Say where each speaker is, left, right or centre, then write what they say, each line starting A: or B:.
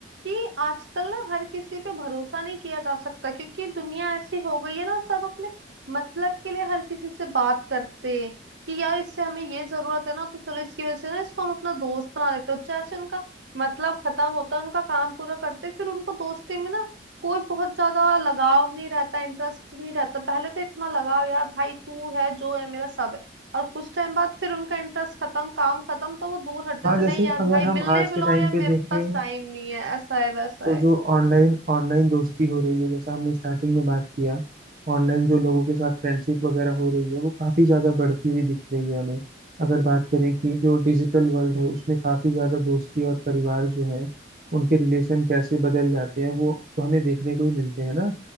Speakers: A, on the right; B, on the right.
A: कि आजकल ना हर किसी पे भरोसा नहीं किया जा सकता क्योंकि दुनिया ऐसी हो गई है ना सब अपने मतलब के लिए हर किसी से बात करते हैं कि यार इससे हमें ये जरूरत है ना तो चलो इसकी वजह से ना इसको हम अपना दोस्त बना लेते हैं जैसे उनका मतलब खत्म होता है उनका काम पूरा करते फिर उनको दोस्ती में ना कोई बहुत ज्यादा लगाव नहीं रहता इंटरेस्ट नहीं रहता पहले तो इतना लगाव यार भाई तू है जो है मेरा सब है और कुछ टाइम बाद फिर उनका इंटरेस्ट खत्म काम खत्म तो वो दूर हट जाते
B: हाँ जैसे
A: नहीं यार
B: अगर
A: भाई
B: हम
A: मिलने
B: आज के
A: बुलाओ
B: टाइम
A: यार
B: पे
A: मेरे
B: देखें
A: पास टाइम नहीं है ऐसा है वैसा
B: तो
A: है
B: जो ऑनलाइन ऑनलाइन दोस्ती हो रही है जैसा हमने स्टार्टिंग में बात किया ऑनलाइन जो लोगों के साथ फ्रेंडशिप वगैरह हो रही है वो काफी ज्यादा बढ़ती हुई दिख रही है हमें अगर बात करें कि जो डिजिटल वर्ल्ड है उसमें काफी ज्यादा दोस्ती और परिवार जो है उनके रिलेशन कैसे बदल जाते हैं वो तो हमें देखने को ही मिलते हैं ना